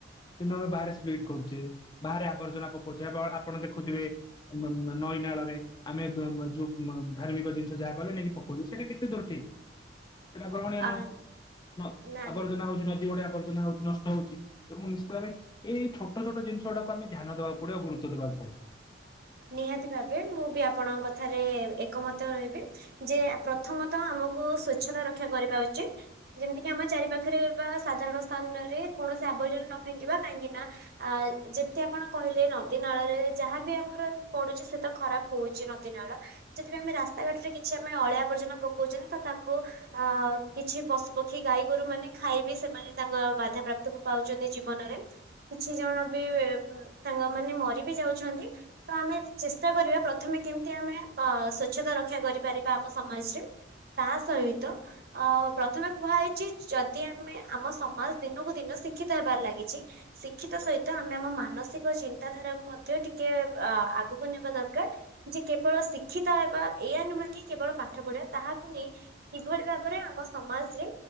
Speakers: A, on the left (about 20°); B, on the right (about 55°).
A: କିନ୍ତୁ ଆମେ ବାହାରେ କରୁଛେ ବାହାରେ ଆବର୍ଜନା ପକଉଛେ ଆ ଆପଣ ଦେଖୁଥିବେ ନଈ ନାଳରେ ଆମେ ଯୋଉ ଧାର୍ମିକ ଜିନିଷ ଯାହା କହଲେ ନେଇକି ପକଉଛ ସେଇଟା କେତେ ଦୂର ଠିକ? ସେଇଟା ଗ୍ରହଣୀୟ ନୁହଁ,
B: ଆ ନା
A: ଆବର୍ଜନା ହଉଛି ନଦୀ ଗୁଡ଼ା ର୍ଜନା ହଉଛି ନଷ୍ଟ ହଉଛି ଏବଂ ନିଶ୍ଚିତ ଭାବେ ଏଇ ଛୋଟ ଛୋଟ ଜିନିଷ ଗୁଡାକୁ ଆମେ ଧ୍ୟାନ ଦେବାକୁ ପଡିବ ଗୁରୁତ୍ୱ ଦବାକୁ ପଡି
B: ନିହାତି ଭାବେ ମୁଁ ବି ଆପଣଙ୍କ କଥାରେ ଏକମତ ହେବି। ଯେ ପ୍ରଥମତଃ ଆମକୁ ସ୍ଵଚ୍ଛତା ରକ୍ଷା କରିବା ଉଚିତ ଯେମିତିକି ଆମ ଚାରି ପାଖରେ ବା ସାଧାରଣ ସ୍ଥାନରେ କୌଣସି ଆବର୍ଜନା ନ ଫେଙ୍କିବା, କାହିଁକି ନା ଯେମିତି ଆପଣ କହିଲେ ନଦୀ ନାଳରେ ଯାହାବି ଆମର ପଡୁଛି ସେ ତ ଖରାପ ହଉଛି ନଦୀ ନାଳ ଯଦି ବି ଆମେ ରାସ୍ତାଘାଟରେ କିଛି ଆମେ ଅଳିଆ ଆବର୍ଜନା ପକଉଛନ୍ତି ତ ତାକୁ ଅ କିଛି ପଶୁପକ୍ଷୀ ଗାଈ ଗୋରୁ ମାନେ ଖାଇବି ସେମାନେ ତାଙ୍କ ବାଧା ପ୍ରାପ୍ତ କ ପାଉଛନ୍ତି ଜୀବନରେ କିଛି ଜଣ ବି ତାଙ୍କ ମାନେ ମରି ବି ଯାଉଛନ୍ତି। ତ ଆମେ ଚେଷ୍ଟା କରିବା ପ୍ରଥମେ କେମିତି, ଆମେ ସ୍ୱଚ୍ଛତା ରକ୍ଷା କରିପାରିବା ଆମ ସମାଜରେ ତା ସହିତ ପ୍ରଥମେ କୁହାଯାଇଛି ।ଯଦି ଆମେ ଆମ ସମାଜ ଦିନକୁ ଦିନ ଶିକ୍ଷିତ ହେବାରେ ଲାଗିଛି, ଶିକ୍ଷିତ ସହିତ ଆମେ ଆମ ମାନସିକ ଚିନ୍ତାଧାରାକୁ ମଧ୍ୟ ଟିକେ ଅ ଆଗକୁ ନେବା ଦରକାର ଯେ କେବଳ ଶିକ୍ଷିତ ହେବା ଏଇ ନୁହେଁ କି କେବଳ ପାଠ ପଢିବା ତାହାକୁ ନେଇ କିଭଳି ଭାବରେ ଆମ ସମାଜରେ